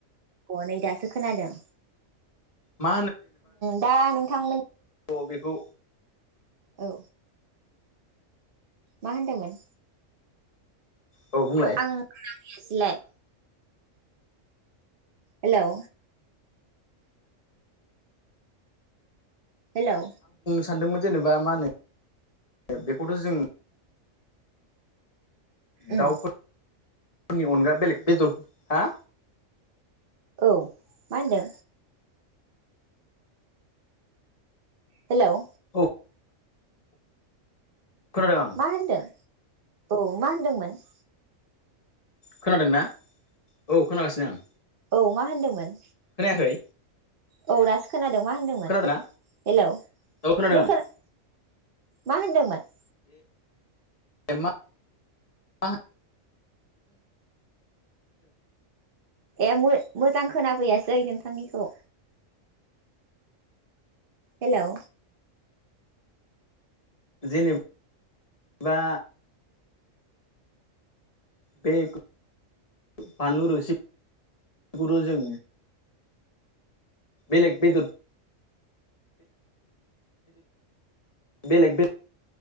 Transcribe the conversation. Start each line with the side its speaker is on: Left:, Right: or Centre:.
Right: अ नै दासो खोनादों
Left: मा
Right: दा नोंथांमोननि
Left: औ बेखौ
Right: औ मा होनदोंमोन
Left: औ बुंलाय
Right: आं खोनाफैयासैलाय हेलौ हेलौ
Left: सान्दोंमोन जेनेबा मा होनो बेखौथ' जों
Right: उम
Left: दाउफोरफोरनि अनगा बेलेग बेदरफोर हा
Right: औ मा होनदों हेलौ
Left: औ खोनादों आं
Right: मा होनदों औ मा होनदोंमोन
Left: खोनादोंना औ खोनागासिनो आं
Right: औ मा होनदोंमोन
Left: खोनायाखै
Right: औ दासो खोनादों मा होनदोंमोन
Left: खोनादों ना
Right: हेलौ
Left: औ खोनादों
Right: नों
Left: आं
Right: खोना मा होनदोंमोन
Left: ए मा होनो
Right: ए मोजां खोनाफैयासै नोंथांनिखौ हेलौ
Left: जेनेबा बे बानलु रोसिखौथ' जों बेलेग बिदर बेलेग बे